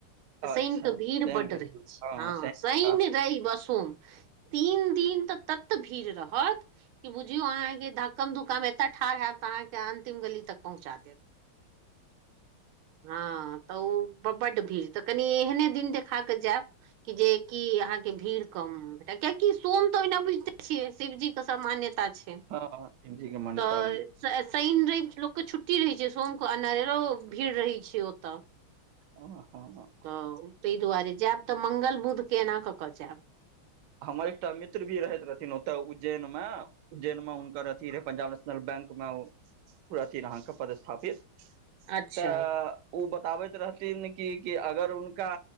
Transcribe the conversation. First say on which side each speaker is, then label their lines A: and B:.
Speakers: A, on the right; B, on the right.
A: तऽ
B: अच्छा
A: शनिके भीड़
B: शैन
A: बड्ड
B: के
A: रहै छै, हँ
B: शैन
A: शनि, रैव, आ सोम। तीन दिन तऽ तत भीड़ रहत, कि बुझियौ अहाँके धक कम दुुकााम एतऽ ठाढ़ हैब तऽ, अहाँके अंतिम गली तक पहुँचा देब। हँ, तऽ ओ बड्ड भीड़ तऽ, कनि एहने दिन देखा कऽ जायब। कि जे की, अहाँके भीड़ कम। कियकि सोम तऽ ओहिना बुझिते छियै, शिवजीे के सब सामान्यता। छै,
B: हँ शिव जी के मान्यता
A: तऽ शनि, रैव लोकके छुट्टी रहै छै, सोम के अनहरो भीड़ रहै छै ओतऽ।
B: उहु- उहू।
A: तऽ ताहि दुआरे, जायब तऽ मंगल, बुध, केना कऽ -कऽ जायब।
B: हमर एकटा मित्र भी रहैत रहथिन, ओतय उज्जैन मे। उज्जैन मे हुनकर अथी रहै, पंजाब नेशनल बैंक मे ओ अथि अहाँके पदस्थापित।
A: अच्छा
B: तऽ। ओ बताबैत रहथिन कि, कि अगर हुनका